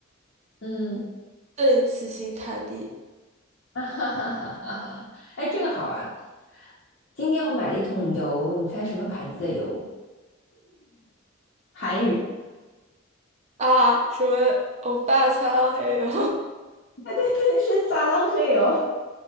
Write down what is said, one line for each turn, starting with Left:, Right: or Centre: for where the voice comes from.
Left: 嗯，
Right: 顿死心塌地
Left: 啊哈哈哈哈哈哈，哎，这个好玩。今天我买了一桶油，你猜什么牌子的油？韩语。
Right: 啊！什么欧巴桑？还有，
Left: <laughs> 对对对，是撒浪嘿油。